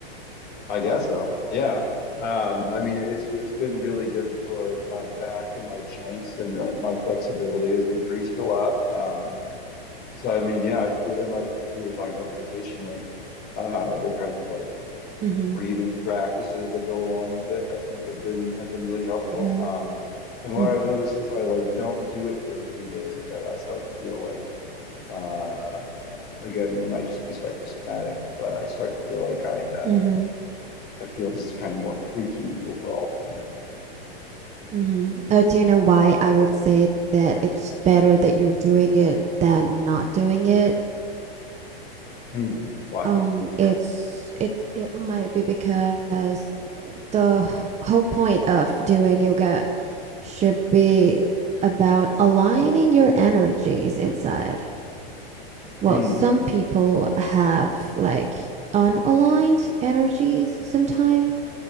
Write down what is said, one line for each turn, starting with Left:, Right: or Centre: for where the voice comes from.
Left: I guess so. Yeah. Um, I mean, it's it's been really good for my back and my joints, and uh, my flexibility has increased a lot. Um, so I mean, yeah, I feel and like we were talking about meditation, like uh, the kind of like
Right: Mm-hmm.
Left: breathing practices that go along with it, I think have been have been really helpful.
Right: Mm-hmm.
Left: Um, and what
Right: Mm-hmm.
Left: I've noticed if I like don't do it for a few days, like I, I start to feel like uh, again, it might just be psychosomatic, but I start to feel like I uh,
Right: Mm-hmm.
Left: I feel just kind of more creaky overall, you know.
Right: Mm-hmm. Oh, do you know why I would say that it's better that you're doing it than not doing it?
Left: Hmm. Why?
Right: Um, it's it it might be because the whole point of doing yoga should be about aligning your energies inside. well,
Left: Hmm.
Right: some people have like unaligned energies sometimes.